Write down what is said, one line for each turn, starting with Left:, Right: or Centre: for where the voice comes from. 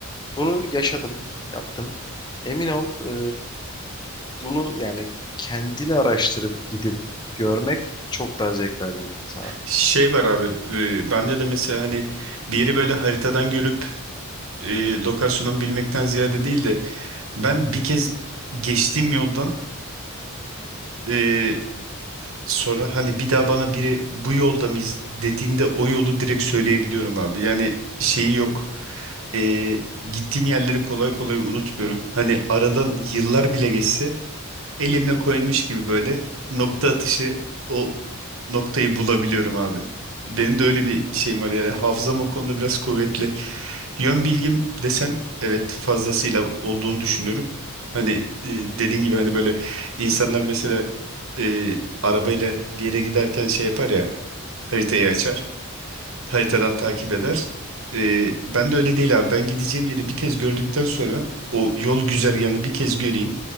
Left: Bunu yaşadım, yaptım. Emin ol e, bunu yani kendini araştırıp gidip görmek çok daha zevk verecektir sana.
Right: Şey var abi e, bende de mesela hani bir yeri böyle haritadan görüp e, lokasyonunu bilmekten ziyade değil de ben bir kez geçtiğim yoldan e, sonra hani bir daha bana biri bu yolda mıyız dediğinde o yolu direkt söyleyebiliyorum abi. Yani şeyi yok E, gittiğim yerleri kolay kolay unutmuyorum. Hani aradan yıllar bile geçse elimle koymuş gibi böyle nokta atışı o noktayı bulabiliyorum abi. Benim de öyle bir şeyim var yani hafızam o konuda biraz kuvvetli. Yön bilgim desen evet fazlasıyla olduğunu düşünüyorum. Hani e, dediğin gibi hani böyle insanlar mesela e, arabayla bir yere giderken şey yapar ya haritayı açar haritadan
Left: Hı hı.
Right: takip eder. Ee, ben de öyle değil abi. Ben gideceğim yeri bir kez gördükten sonra o yol güzergahını bir kez göreyim.